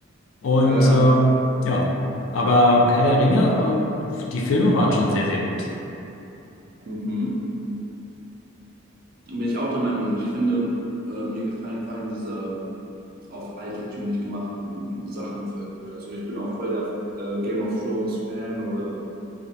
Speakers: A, on the left (about 80°); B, on the right (about 50°).
A: Und
B: äh,
A: ähm, ja, aber Herr der Ringe, äh, die Filme waren schon sehr, sehr gut.
B: mhm. bin ich auch der Meinung und ich finde, oder mir gefallen vor allem diese auf altertümlich gemachten Sachen voll gut. Also ich bin auch voll der äh, Game of Thrones Fan oder